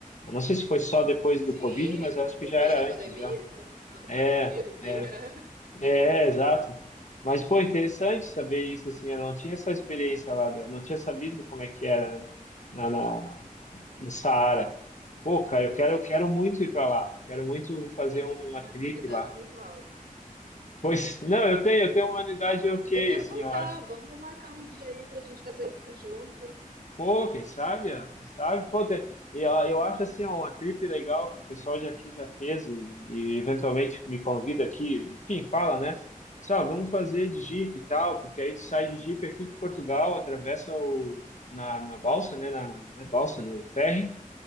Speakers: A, on the left (about 55°); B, on the right (about 85°).
A: Eu não sei se foi só depois
B: Sim,
A: do Covid, mas eu acho que
B: depois
A: já era
B: da pandemia,
A: antes já.
B: não, depois
A: É,
B: do vírus
A: é,
B: aí, é.
A: é, é, exato. Mas, pô, interessante saber isso, assim, eu não tinha essa experiência lá, da- não tinha sabido como é que era, né, na, na, no Saara. Pô, cara, eu
B: Pois,
A: quero, eu quero muito ir pra lá, quero muito fazer
B: tem que
A: uma
B: ir com uma
A: trip
B: imunidade
A: lá.
B: muito alta.
A: Pois, não, eu tenho, eu tenho uma unidade ok,
B: Eu quero
A: assim,
B: voltar,
A: eu acho.
B: vamos marcar um dia aí pra gente fazer isso junto.
A: Pô, quem sabe, Ana, quem sabe, pô, te- e, ó, eu acho assim, ó, uma trip legal que o pessoal já aqui já fez e, e eventualmente me convida aqui, enfim, fala, né? Só, vamos fazer de Jeep e tal, porque aí tu sai de Jeep aqui de Portugal, atravessa o, na, na balsa, né, na, na balsa, no ferry,